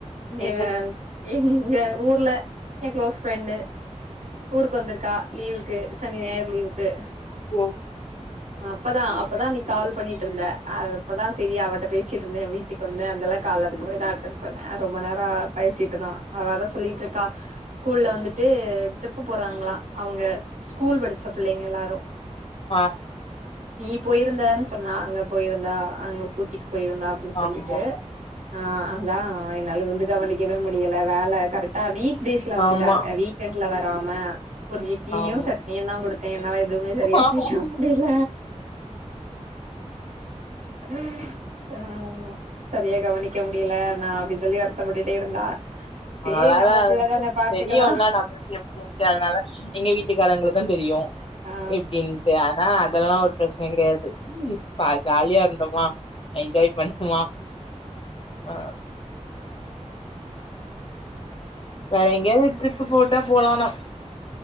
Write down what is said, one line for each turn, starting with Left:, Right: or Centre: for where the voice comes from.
Left: எந்த
Right: எற எங்க ஊர்ல என் குளோஸ் ஃப்ரண்டு ஊருக்கு வந்துருக்கா லீவுக்கு சனி ஞாயிறு லீவுக்கு
Left: ஓ
Right: அப்பதா அப்பதா நீ கால் பண்ணிட்டு இருந்த அப்பதா சரி அவட்ட பேசிட்டு இருந்தேன் வீட்டுக்கு வந்து அந்தெல்லாம் கால அதுக்கு அப்புறம் தா அடுத்த த்த நேர ரொம்ப நேரம் பேசிட்டுதா அவ அதா சொல்லிட்டு இருக்கா ஸ்கூல்ல வந்துட்டு ட்ரிப்பு போறாங்களா அவுங்க ஸ்கூல் படிச்ச பிள்ளைங்க எல்லாரும்
Left: ஆ
Right: நீ போயிருந்தன் சொன்னா அங்க போயிருந்தா அங்க ஊட்டிக்கு போயிருந்தா அப்டின் சொல்லிட்டு
Left: ஆமா
Right: ஆ அதா ஆ நல்லது வந்து கவனிக்கவே முடியல வேல கரெட்டா வீக் டேஸ்ல வந்துட்டாங்க
Left: ஆமா
Right: வீக்கெண்ட்ல வற டாம ஒரு இட்லியு
Left: ஆமா
Right: சட்னியுந்தா குடுத்தே என்னால எதுவ்மே சரியா
Left: ஆமா
Right: செய்ய முடில ஹ ஆமா சரியா கவனிக்க முடியல நா சொல்லி வருத்தப்பட்டுட்டே இருந்தா சேரி
Left: அ நல்லாதா
Right: நம்ம பிள்ளதான
Left: இருந்து
Right: பாத்துக்கலா
Left: தெரியுல்ல நம்மளுக்கு எப்டின்ட்டு அதுனால எங்க வீட்டுக்காரங்களுக்கு தெரியு
Right: ஆ
Left: எப்டின்ட்டு ஆனால அ தெல்லா ஒரு பிரச்சன கெடயாது சா ஜாலியா இருந்தோமா என்ஜாய் பண்ணுமா ஆ வேற எங்யாது ட்ரிப்பு போட்டா போலானா